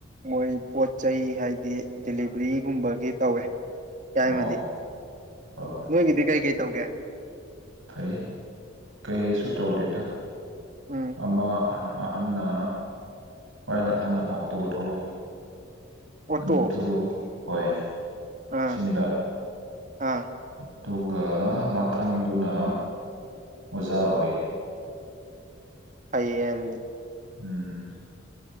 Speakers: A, on the right; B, on the right.
A: ꯃꯣꯏ ꯄꯣꯠ ꯆꯩꯩ ꯍꯥꯏꯗꯤ ꯗꯤꯂꯤꯚꯔꯤꯒꯨꯝꯕꯒꯤ ꯇꯧꯋꯦ ꯌꯥꯏꯃꯗꯤ
B: ꯑꯣ ꯍꯣꯏ ꯍꯣꯏ
A: ꯅꯣꯏꯒꯤꯗꯤ ꯀꯩ ꯀꯩ ꯇꯧꯒꯦ
B: ꯐꯩ ꯀꯩꯁꯨ ꯇꯧꯗꯦꯗ
A: ꯎꯝ
B: ꯑꯃ ꯑꯅ ꯑꯍꯟꯅ ꯈ꯭ꯋꯥꯏꯗ ꯑꯍꯟꯅ ꯑꯥꯎꯇꯣ ꯊꯧꯋꯤ
A: ꯑꯣꯇꯣ
B: ꯑꯗꯨ ꯍꯣꯏ
A: ꯑꯥ
B: ꯁꯤꯡꯗ
A: ꯑꯥ
B: ꯑꯗꯨꯒ ꯃꯊꯪꯗꯨꯅ ꯑꯣꯖꯥ ꯑꯣꯏ
A: ꯐꯩꯌꯦ ꯑꯗꯨ
B: ꯎꯝ